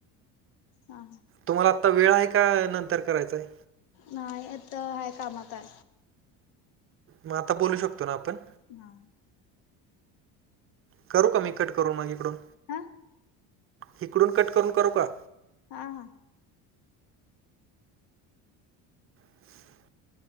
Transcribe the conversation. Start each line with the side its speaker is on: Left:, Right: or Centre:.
Left: हा.
Right: तुम्हाला आत्ता वेळ आहे का नंतर करायचाय.
Left: नाही येत हाय कामा काय.
Right: मग आता बोलू शकतो ना आपण.
Left: हा.
Right: करू का मी कट करून माग इकडून.
Left: हा
Right: हिकडून कट करून करू का.
Left: हा हा.
Right: <inaudible>